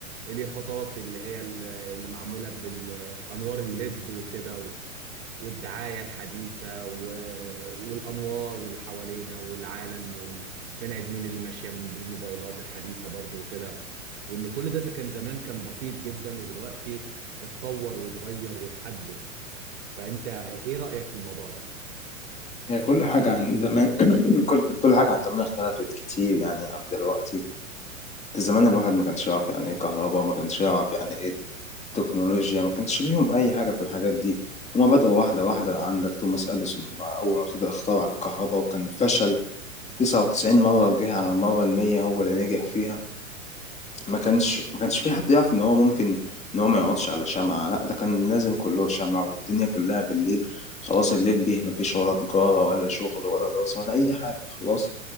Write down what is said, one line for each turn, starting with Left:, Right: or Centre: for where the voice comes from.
Right: اليافطات اللي هي ال- اللي معموله بالانوار الليد وكده والدعاية الحديثة و... والأنوار اللي حوالينا والعالم والبني آدمين اللي ماشية بالموبايلات الحديثة برضو وكده وإن كل ده إذا كان زمان كان بسيط جدا ودلوقتي اتطور واتغير واتحدث فأنت إيه رأيك في الموضوع ده؟
Left: هي كل حاجة عن زمان <clears throat> كل كل حاجة عن زمان اختلفت كتير يعني عن دلوقتي انت زمان الواحد ما كانش يعرف يعني ايه كهرباء ما كانش يعرف يعني ايه تكنولوجيا ما كانش ليهم أي حاجة في الحاجات دي هما بدأوا واحدة واحدة عندك توماس أديسون هما أول ما ابتدى اخترع الكهرباء وكان فشل 99 مرة وجه على المرة المية هو اللي نجح فيها ما كانش ما كانش في حد يعرف ان هو ممكن ان هو ما يقعدش على شمعة لا ده كان لازم كله شمعة والدنيا كلها بالليل خلاص الليل جه ما فيش ولا تجارة ولا شغل ولا دراسة ولا اي حاجة خلاص